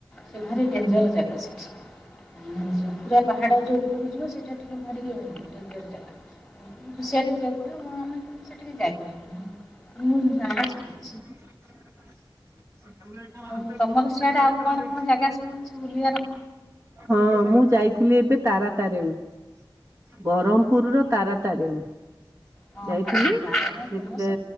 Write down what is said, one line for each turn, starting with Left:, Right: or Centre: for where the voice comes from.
Centre: ସେ ଭାରି ଡେଞ୍ଜର ଜାଗା ସେଠି। ପୁରା ପାହାଡ ଯୋଉ ଉପରକୁ ଯିବେ ସେଇଟା ଟିକେ ଭାରି ଇଏ ଆଉ ଡେଞ୍ଜର ଜାଗା। ହୁସିଆର ରେ ଯିବାକୁ ପଡିବ, ମୁଁ ଆମେ ସେଠିକ ଯାଇପାରଲୁ ମୁ ନାଁ ଶୁଣ?
Right: <unintelligible>
Centre: ଆଉ ତମର ସିଆଡ଼େ ଆଉ କ'ଣ କଣ ଜାଗା ସବୁ ଅଛି ବୁଲିବାର?
Right: ହଁ ମୁଁ ଯାଇଥିଲି ଏବେ ତାରାତାରିଣୀ। ବ୍ରହ୍ମପୁର ର ତାରାତାରିଣୀ
Centre: ହଁ
Right: ଯାଇଥିଲି
Centre: ତାରା
Right: ସେତ
Centre: ଫେମସ୍